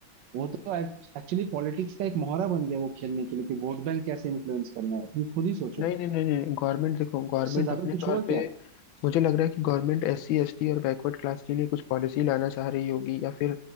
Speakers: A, on the right; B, on the left.
A: वो तो एक्चुअली पॉलिटिक्स का एक मोहरा बन गया वो खेलने के लिए कि वोट बैंक कैसे इन्फ्लुएंस करना है तुम खुद ही सोचो
B: नहीं नहीं नहीं नहीं गवर्नमेंट देखो गवर्नमेंट
A: इससे ज्यादा
B: अपने
A: कुछ
B: तौर
A: हुआ
B: पे
A: क्या
B: मुझे लग रहा है कि government S C S T और बैकवर्ड क्लास के लिए कुछ पॉलिसी लाना चाह रही होगी या फिर